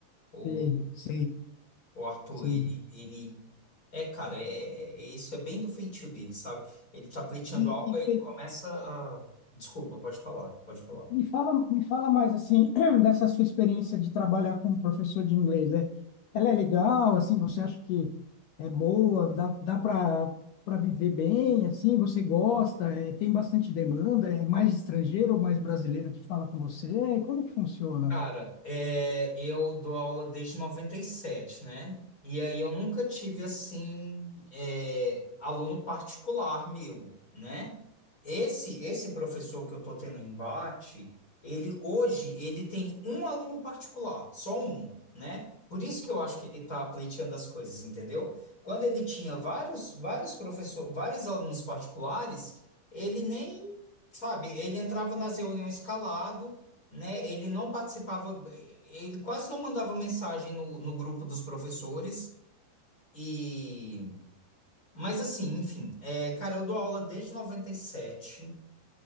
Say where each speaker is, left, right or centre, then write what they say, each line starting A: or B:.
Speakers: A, on the left; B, on the left.
A: o,
B: sei,
A: o
B: sei,
A: o Arthur,
B: sei.
A: ele, ele é, cara, é, é- é, isso é bem do feitio dele, sabe? Ele tá pleiteando
B: E,
A: algo,
B: e
A: aí ele começa a. Desculpa, pode falar, pode falar.
B: Me fala, me fala mais assim <clears throat> dessa sua experiência de trabalhar como professor de inglês. É, ela é legal, assim, você acha que é boa, dá, dá para para viver bem, assim, você gosta, é, tem bastante demanda, é mais estrangeiro ou mais brasileiro que fala com você? Como que funciona?
A: Cara, é, eu dou aula desde 97, né? E aí eu nunca tive, assim, é, aluno particular meu, né? Esse, esse professor que eu tô tendo embate, ele hoje, ele tem um aluno particular, só um, né? Por isso que eu acho que ele tá pleiteando as coisas, entendeu? Quando ele tinha vários, vários professores, vários alunos particulares, ele nem, sabe, ele entrava nas reuniões calado, né? Ele não participava, ele quase não mandava mensagem no, no grupo dos professores. E, mas assim, enfim, é, cara, eu dou aula desde 97.